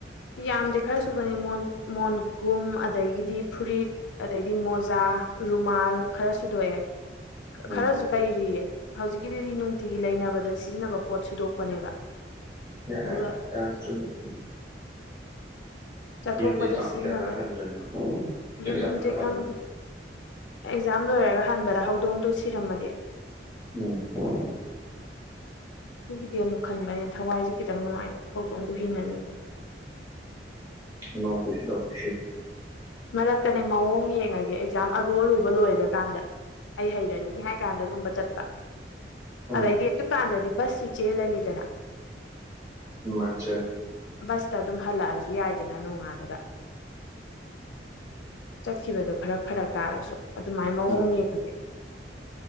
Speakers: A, on the left; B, on the right.
A: ꯌꯥꯝꯗꯦ ꯈꯔ ꯁꯨꯕꯅꯦ ꯃꯣꯟ ꯃꯣꯟꯒꯨꯝ ꯑꯗꯒꯤꯗꯤ ꯐꯨꯔꯤꯠ ꯑꯗꯩꯗꯤ ꯃꯣꯖꯥ ꯔꯨꯃꯥꯜ ꯈꯔꯁꯨꯗꯣꯛꯑꯦ
B: ꯎꯝ
A: ꯈꯔꯁꯨ ꯂꯩꯔꯤꯌꯦ ꯍꯧꯖꯤꯛꯀꯤꯗꯨꯗꯤ ꯅꯨꯡꯇꯤꯒꯤ ꯂꯩꯅꯕꯗ ꯁꯤꯖꯤꯟꯅꯕ ꯄꯣꯠ ꯁꯨꯗꯣꯛꯄꯅꯦꯕ
B: ꯌꯥꯔꯦꯗ
A: ꯑꯗꯨꯒ
B: ꯀꯌꯥꯝ ꯆꯨꯝꯃꯤ ꯆꯨꯝꯃꯤ
A: ꯆꯥꯊꯣꯛꯄꯗ
B: ꯌꯨꯝꯗꯤ ꯇꯥꯡ
A: ꯁꯤꯖꯤꯟꯅꯕ
B: ꯀꯌꯥꯗ ꯍꯟꯗꯣꯏꯅꯣ ꯑꯦꯛꯖꯥꯝ
A: ꯌꯨꯝꯗꯤ
B: ꯂꯣꯏꯔ ꯍꯜꯂꯨꯅꯤ
A: ꯈꯪꯗꯦ ꯑꯩ ꯑꯦꯛꯖꯥꯝ ꯂꯣꯏꯔꯒ ꯍꯟꯕꯗ ꯍꯧꯗꯣꯡꯗꯣ ꯁꯤꯔꯝꯃꯗꯤ
B: ꯃꯧꯄꯥ
A: ꯑꯗꯨꯒꯤꯗꯤ ꯑꯃꯨꯛ ꯈꯟꯕ ꯑꯩꯅ ꯊꯋꯥꯏꯁꯦ ꯈꯤꯇꯪ ꯅꯨꯡꯉꯥꯏꯇꯕ ꯍꯧꯗꯣꯛꯗꯣ ꯍꯤꯡꯍꯟꯅꯤꯡꯕ
B: ꯅꯣꯕꯤꯁ ꯁꯤꯔ
A: ꯃꯔꯛꯇꯅꯦ ꯃꯑꯣꯡ ꯌꯦꯡꯉꯒꯦ ꯑꯦꯛꯖꯥꯝ ꯑꯔꯨ ꯑꯔꯨꯕ ꯂꯣꯏꯈ꯭ꯔꯀꯥꯟꯗ ꯑꯩ ꯍꯩꯔꯅꯤ ꯀꯥꯟꯗꯒꯨꯝꯕ ꯆꯠꯄ
B: ꯎꯝ
A: ꯑꯗꯩꯗꯤ ꯑꯗꯨꯀꯥꯟꯗꯗꯤ ꯕꯁꯁꯨ ꯆꯦꯜꯂꯅꯤꯗꯅ
B: ꯃꯆꯥ
A: ꯕꯁꯇ ꯑꯗꯨꯝ ꯍꯜꯂꯛꯑꯁꯨ ꯌꯥꯏꯗꯅ ꯅꯣꯡꯉꯥꯜꯂꯒ ꯆꯠꯈꯤꯕꯗꯣ ꯈꯔ ꯐꯔꯛ ꯇꯥꯔꯁꯨ ꯑꯗꯨꯃꯥꯏꯅ ꯃꯋꫭꯡ
B: ꯎꯝ
A: ꯌꯦꯡꯉꯒꯦ